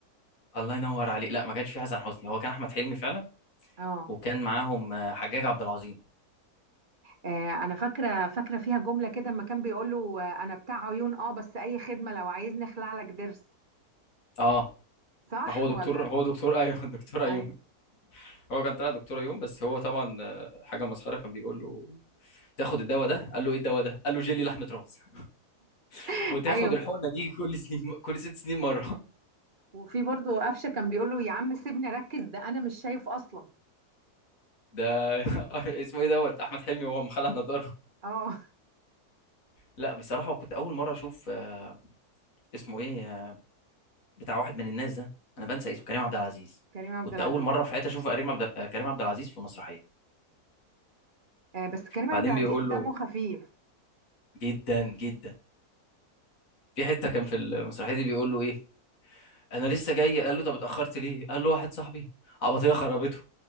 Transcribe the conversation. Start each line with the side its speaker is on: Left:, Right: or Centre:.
Left: الله ينور عليك لا ما كانش في حسن حسني هو كان احمد حلمي فعلا
Right: اه
Left: وكان معاهم آه، حجاج عبد العظيم
Right: آه، انا فاكره فاكره فيها جمله كده اما كان بيقول له آه، انا بتاع عيون اه بس اي خدمه لو عايزني اخلع لك ضرس
Left: اه
Right: صح
Left: ما هو
Right: ولا
Left: دكتور هو دكتور ايوه <laughs> دكتور ايوم
Right: ايوه
Left: هو كان طلع دكتور ايوم بس هو طبعا آه، حاجه مسخره كان بيقول له تاخد الدواء ده قال له ايه الدواء ده قال له جيلي لحمه راس <laughs>
Right: <laughs>
Left: وتاخد
Right: ايوه
Left: الحقنه دي كل سنين كل ست سنين مره
Right: وفي برضو قفشه كان بيقول له يا عم سيبني اركز ده انا مش شايف اصلا
Left: ده <laughs> اسمه ايه دوت احمد حلمي وهو مخلع نضاره
Right: اه
Left: لا بصراحه وكنت اول مره اشوف آه، اسمه ايه بتاع واحد من الناس ده انا بنسى اسمه كريم عبد العزيز
Right: <laughs> كريم عبد
Left: كنت
Right: العزيز
Left: اول مره في حياتي اشوف كريم عبد آه، كريم عبد العزيز في مسرحيه
Right: آه، بس كريم عبد
Left: بعدين
Right: العزيز
Left: بيقول
Right: دمه
Left: له
Right: خفيف
Left: جدا جدا في حته كان في المسرحيه دي بيقول له ايه انا لسه جاي قال له طب اتاخرت ليه قال له واحد صاحبي عبطيه خربته